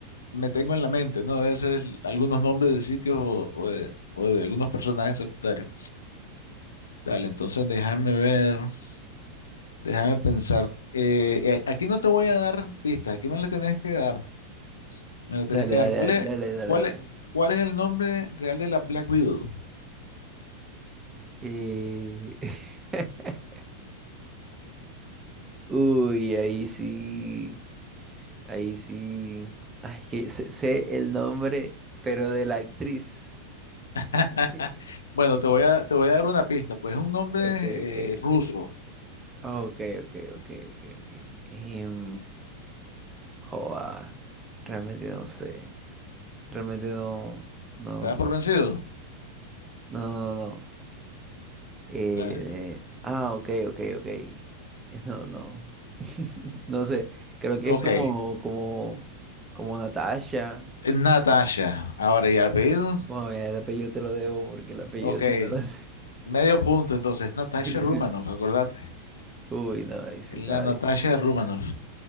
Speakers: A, on the left; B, on the right.
A: me tengo en la mente, ¿no? A veces algunos nombres de sitios o, o de, o de algunos personajes secundarios. Dale, entonces déjame ver, déjame pensar. Eh, eh, aquí no te voy a dar pistas, aquí me las tenés que dar, me las tenés
B: Dale,
A: que
B: dale,
A: dar. ¿Cuál
B: dale,
A: es,
B: dale, dale.
A: cuál
B: dale.
A: es, cuál es el nombre real de la Black Widow?
B: Y... <laughs> Uy, ahí sí, ahí sí. Ay, que sé, sé el nombre, pero de la actriz. <laughs>
A: <laughs> Bueno, te voy a, te voy a dar una pista, pues es un nombre
B: Ok, ok,
A: eh,
B: ok.
A: ruso.
B: Oh, Ok, ok, ok, ok, ok. Em, joa, realmente no sé. Realmente no, no,
A: ¿Te
B: no,
A: das por vencido?
B: no, no. Eh,
A: Dale tú.
B: ah, ok, ok, ok. Eh, No, no. <laughs> No sé. Creo que
A: Ok,
B: es como,
A: eh,
B: como, como Natasha.
A: Natasha. Ahora, ¿y el apellido?
B: Bueno, mira, el apellido te lo debo porque el apellido
A: Ok,
B: si no lo sé.
A: medio punto entonces. Natasha
B: <laughs> Sí,
A: Romanoff,
B: sí.
A: acordate.
B: Uy, no, ahí sí
A: La
B: está,
A: Natasha
B: di-
A: Romanoff.